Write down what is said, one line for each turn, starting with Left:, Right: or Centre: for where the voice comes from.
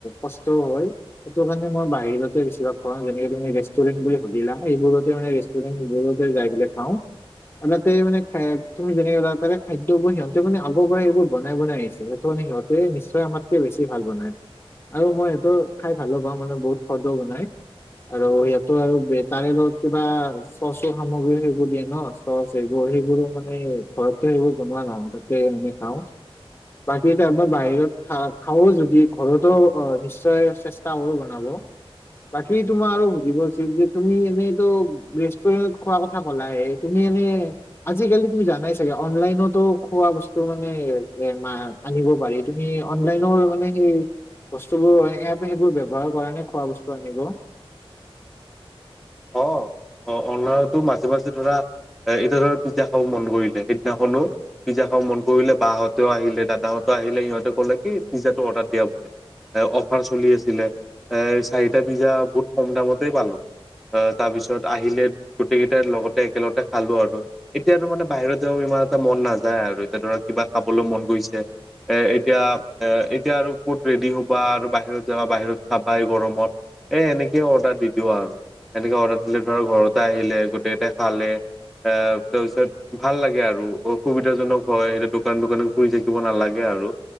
Left: কষ্টও হয়। সেইটো কাৰণে মই বাহিৰতে বেছিভাগ খোৱা হয় যেনেকে তুমি ৰেষ্টুৰেন্ট বুলি সুধিলা সেইবোৰতে মানে ৰেচ টোৰেন সেইবিলাকতে যাই পেলাই খাওঁ। <unintelligible> তাতেই মানে খাই তুমি যেনেকে কলা তাতে খাইদ <unintelligible> সিহঁতে মানে আগৰ পৰাই সেইবোৰ বনাই বনাই আহিছে সেইটো মানে সিহঁতে নিশ্চয় আমাতকে বেছি ভাল বনাই। আৰু মই সিহতৰ খাই ভালো পাওঁ মানে বহুত সোৱাদো বনাই। আৰু সিহঁতৰ আৰু ব্ৰে তাৰে লগত কিবা চচৰ সামগ্ৰী সেবোৰ দিয়ে ন? চচ এইবোৰ সেইবোৰো মানে এ ঘৰতে সেইবোৰ বনোৱা নহয় তাকে <unintelligible> খাওঁ। বাকী এতিয়া আমা বাহিৰত খাওঁ খাৱই যদি, ঘৰতো অ, নিশ্চয় চেছ তাও বনাব। বাকী তোমাৰ আৰু সুধিব আছিল যে তুমি এনেইতো <unintelligible> ৰেষ্টুৰেনত খোৱা কথ কথা কলায়ে, তুমি এনে আজিকালি তুমি জানাই চাগে অনলাইনত টো খোৱা বস্তু মানে এ মা আনিব পাৰি তুমি অনলাইনৰ মানে সেই বস্তুবোৰ এ এপ সেইবোৰ ব্যৱহাৰ কৰা নে খোৱা বস্তু আনিব?
Centre: অ, অ-অনলাইনতো মাজে মাজে ধৰা এ এতিয়া ধৰা পিজ্জা খাব মন কৰিলে সেইদিনাখনো পিজ্জা খাৱ মন কৰিলে বাহঁতেও আহিলে দাদাহঁতে আহিলে সিহঁতে ক'লে কি পিজ্জাটো অৰ্ডাৰ দিয়া বোলে এ অফাৰ চলি আছিলে, এই চাৰিটা পিজ্জা বহুত কম দামতেই পালোঁ। আহ তাৰ পিছত আহিলে গোটেই কেইটাই লগতে একেলগে খালোঁ আৰু। এতিয়াতো মানে বাহিৰত যাৱ ইমান এটা মন নাযায় আৰু এতিয়া ধৰা কিবা খাবলৈ মন গৈছে এ এতিয়া এ এতিয়া আৰু ক'ত ৰেডি হ'বা আৰু বাহিৰত যাবা, বাহিৰত খাবা এই গৰমত। এ এনেকে অৰ্ডাৰ দি দিওঁ আৰু, এনেকে অৰ্ডাৰ দিলে ধৰা ঘৰতে আহিলে, গোটেইটাই খালে এ তাপিছত ভাল লাগে আৰু অসুবিধাজনক হয় এতিয়া দোকান দোকানত ঘুৰি থাকিব নালাগে আৰু